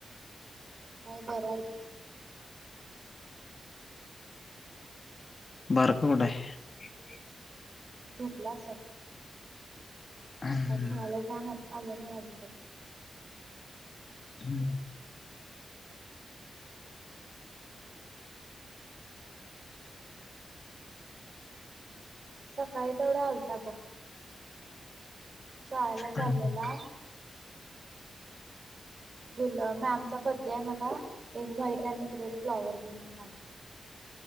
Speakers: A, on the right; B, on the left.
A: हु भरायच.
B: बारका कुट हाय?
A: झोपला असल.
B: हम्म.
A: काय खेळाला जाणार? आलं नाही अजून तरी.
B: हम्.
A: सकाळी तेवढा आलता बघ. शाळेला चाललेला-
B: हम्म,
A: बुलं मॅमचा बद उद्या मला एक व्हाईट आणि एक रेड फ्लॉवर दे म्हणून आलता.